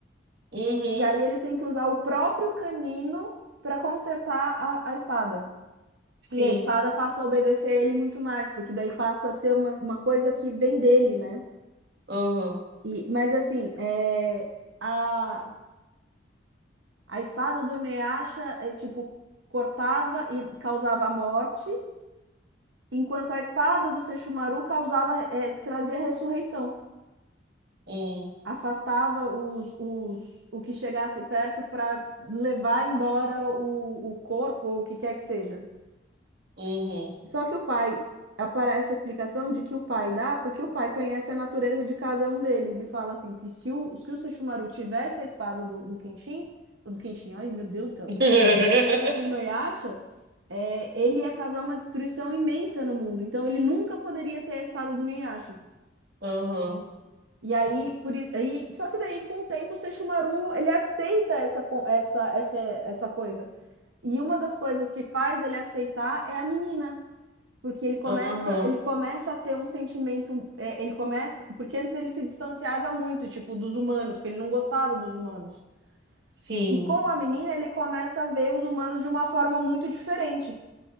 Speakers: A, on the right; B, on the right.
A: Uhum,
B: E aí ele tem que usar o próprio canino para consertar a, a espada.
A: sim.
B: E a espada passa a obedecer ele muito mais, porque daí passa a ser uma, uma coisa que vem dele, né?
A: Uhum,
B: E, mas assim, é, a, a espada do Inuyasha é tipo, cortava e causava a morte. enquanto a espada do Seixumaru causava, eh, trazia ressurreição,
A: uhum,
B: afastava os, os, o que chegasse perto para levar embora o, o corpo ou o que quer que seja.
A: uhum.
B: Só que o pai aparece a explicação de que o pai dá, porque o pai conhece a natureza de cada um deles e fala assim que se o, se o Sesshomaru tivesse a espada do, do Kenshin, do Kenshin, ai meu Deus do céu,
A: <laughs>
B: a espada do Inuyasha, é, ele ia causar uma destruição imensa no mundo. Então ele nunca poderia ter a espada do Inuyasha.
A: Uhum,
B: E aí, por isso, aí, só que daí com o tempo o Seixumaru, ele aceita essa, co- essa, essa, essa coisa. E uma das coisas que faz ele aceitar é a menina, porque ele começa,
A: uhum,
B: ele começa a ter um sentimento, é, ele começa, porque antes ele se distanciava muito, tipo, dos humanos, que ele não gostava dos humanos.
A: sim.
B: E com a menina ele começa a ver os humanos de uma forma muito diferente.